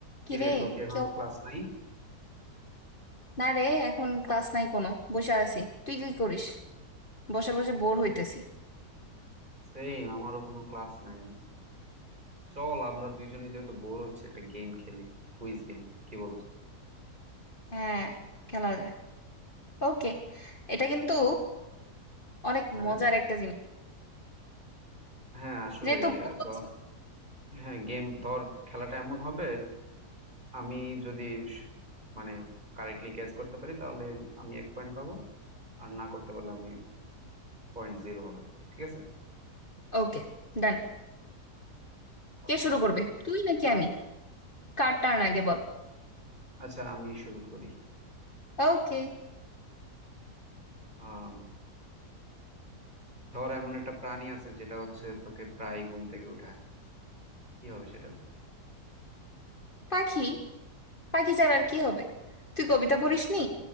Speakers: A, on the left; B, on the right.
A: কিরে
B: কিরে তোর কি এখন
A: কেউ
B: ক্লাস নাই
A: না রে এখন ক্লাস নাই কোনো বসে আছি তুই কি করিস বসে বসে বোর হইতেছি
B: সেম আমারও কোনো ক্লাস নাই চল আমরা দুইজনে যেহেতু বোর হচ্ছে একটা গেম খেলি কুইজ গেম কি বলস
A: হ্যাঁ খেলা যায় ওকে এটা কিন্তু অনেক
B: হ্যাঁ
A: মজার একটা জিনিস
B: হ্যাঁ আসলে
A: যেহেতু বোর হচ্ছি
B: ধর হ্যাঁ গেম ধর খেলাটা এমন হবে আমি যদি স- মানে কারেক্টলি গেস করতে পারি তাহলে আমি এক পয়েন্ট পাবো আর না করতে পারলে আমি পয়েন্ট জিরো হবে ঠিক আছে
A: ওকে ডান
B: আম,
A: কে শুরু করবে তুই নাকি আমি কার টার্ন আগে বল
B: আচ্ছা আমি শুরু করি
A: ওকে
B: আম, ধর এমন একটা প্রাণী আছে যেটা হচ্ছে তোকে প্রায় ঘুম থেকে উঠায় কি হবে সেটা
A: পাখি পাখি ছাড়া আর কি হবে তুই কবিতা পড়িসনি